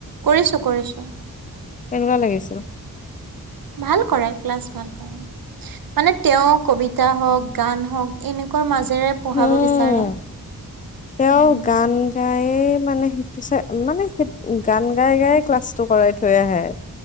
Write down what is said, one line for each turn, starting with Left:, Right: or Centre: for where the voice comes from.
Right: কৰিছো কৰিছো
Left: কেনেকুৱা লাগিছিল?
Right: ভাল কৰে ক্লাছ ভাল কৰে মানে তেওঁ কবিতা হওঁক গান হওঁক এনেকুৱা মাজ ৰে পঢ়াব
Left: হুম
Right: বিচাৰে,
Left: তেওঁ
Right: উম
Left: গান গাই মানে সেইটো চাই মানে সেই গান গাই গাই ক্লাছ টো কৰাই থৈ আহে